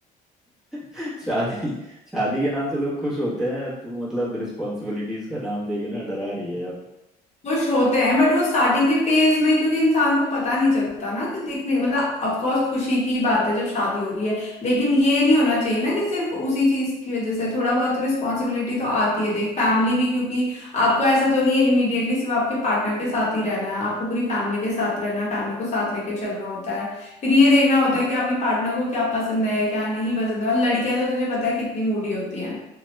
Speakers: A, in the centre; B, on the left (about 40°).
A: <laughs> शादी शादी के नाम से लोग खुश होते हैं तू मतलब रिस्पॉन्सिबिलिटीज का नाम देके ना डरा रही है अब
B: खुश होते हैं बट वो स्टार्टिंग के फेज में क्योंकि इंसान को पता नहीं चलता ना कि दिखने मतलब ऑफ कोर्स खुशी की बात है जब शादी हो रही है लेकिन ये नहीं होना चाहिए ना कि सिर्फ उसी चीज की वजह से थोड़ा बहुत रिस्पॉन्सिबिलिटी तो आती है देख फैमिली भी क्योंकि आपको ऐसा तो नहीं है इमीडिएटली सिर्फ आपके पार्टनर के साथ ही रहना है आपको पूरी फैमिली के साथ रहना है फैमिली को साथ लेके चलना होता है फिर ये देखना होता है कि आपकी पार्टनर को क्या पसंद है क्या नहीं पसंद है और लड़कियां तो तुझे पता है कितनी मूडी होती है